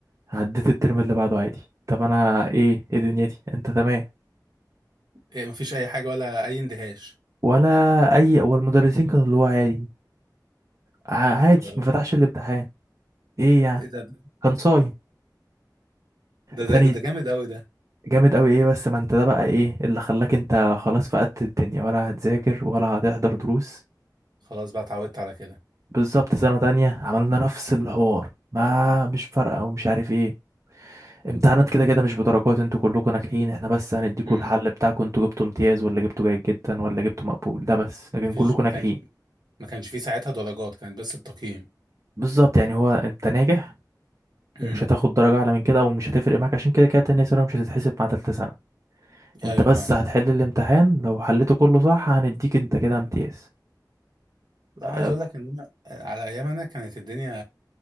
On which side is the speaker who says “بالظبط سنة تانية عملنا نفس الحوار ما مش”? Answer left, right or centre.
Right